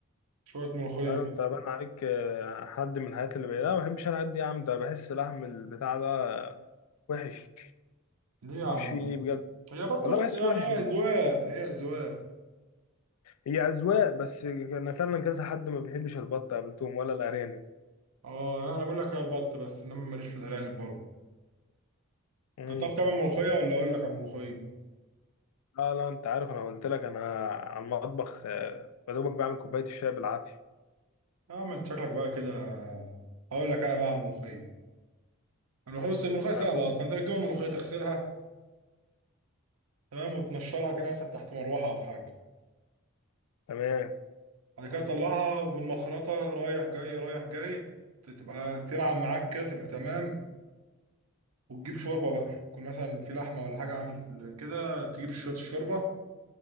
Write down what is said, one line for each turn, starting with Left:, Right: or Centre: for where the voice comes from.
Right: شويه ملوخيه
Left: لا ده
Right: كده.
Left: انت بان عليك آه، حد من الحاجات اللي بي... لا ما بحبش انا الحاجات دي يا عم ده بحس لحم البتاع ده وحش
Right: ليه يا عم
Left: ما اعرفش فيه ايه بجد
Right: هي برضو
Left: والله
Right: اخت-
Left: بحس
Right: يعني
Left: وحش
Right: هي
Left: والله.
Right: اذواق هي اذواق
Left: هي اذواق بس انا فعلا كذا حد ما بيحبش البط قابلتهم ولا الارانب
Right: اه يعني انا بقول لك هي البط بس انما ماليش في الارانب برضه
Left: امم
Right: انت بتعرف تعمل ملوخيه ولا اقول لك على الملوخيه
Left: لا لا انت عارف انا قلت لك انا على المطبخ آه، يا دوبك بعمل كوبايه الشاي بالعافيه
Right: اه ما انت شكلك بقى كده هقول لك انا بقى على الملوخيه الملوخيه بس الملوخيه سهله
Left: آه.
Right: اصلا انت بتجيب الملوخيه تغسلها تمام وتنشرها كده مثلا تحت مروحه او حاجه
Left: تمام
Right: بعد كده طلعها والمخرطة رايح جاي رايح جاي ت- تبقى تنعم معاك كده تبقى تمام وتجيب شوربة بقى يكون مثلا في لحمة ولا حاجة عامل كده تجيب شوية الشوربة